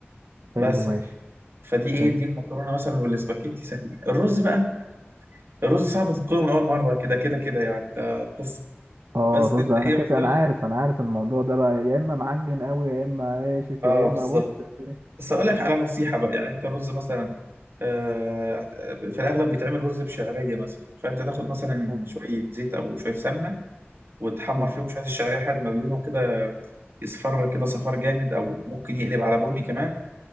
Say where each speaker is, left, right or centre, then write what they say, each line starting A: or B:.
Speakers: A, on the right; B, on the right.
A: بس
B: حلو ماشي
A: فدي
B: حلو
A: ايه دي المكرونه مثلا والاسباجيتي سهلين الرز بقى الرز صعب تتقوله من اول مره كده كده كده يعني ده قصه
B: اه
A: بس
B: رز
A: انت
B: انا
A: ايه
B: كده
A: مثلا
B: انا عارف انا عارف الموضوع ده بقى يا اما معجن قوي يا اما ناشف
A: اه
B: يا اما
A: بالظبط
B: بص الدنيا-
A: بس اقول لك على نصيحه بقى يعني انت الرز مثلا آه في الاغلب بيتعمل رز بشعريه مثلا فانت تاخد مثلا
B: حلو
A: شويه زيت او شويه سمنه وتحمر
B: حلو
A: فيهم شويه الشعريه لحد ما لونهم كده يصفر كده صفار جامد او ممكن يقلب على بني كمان